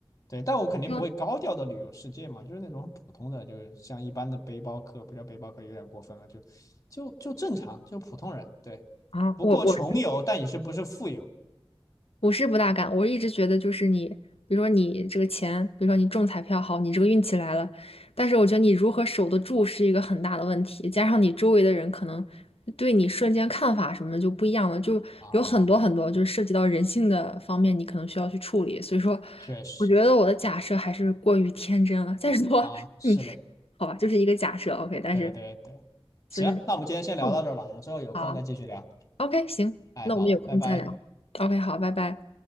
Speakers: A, on the left (about 35°); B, on the left (about 80°).
A: 对，但我肯定不会高调的旅游世界嘛，
B: 嗯
A: 就是那种很普通的，就是像一般的背包客，不叫背包客有点过分了，就就就正常，就普通人，对，
B: 啊，
A: 不过穷游，
B: 我我是
A: 但也是不是富游
B: 我是不大敢，我一直觉得就是你，比如说你这个钱，比如说你中彩票好，你这个运气来了，但是我觉得你如何守得住是一个很大的问题，加上你周围的人可能对你瞬间看法什么的就不一样了，就有很多很多就是涉及到人性的方面，
A: 啊，
B: 你可能需要去处理。所以说，
A: 确实
B: 我觉得我的假设还是过于天真了。再说
A: 啊，
B: <laughs>
A: 是的，
B: 你，好吧，就是一个假设，OK，但是
A: 对对对，
B: 所以说，
A: 行，那我们今天先聊到这儿吧，
B: 嗯，
A: 我们之后有空再继续聊。
B: 好啊，OK，行，
A: 哎，
B: 那我们有空再聊，OK，
A: 好了，拜拜。
B: 好，拜拜。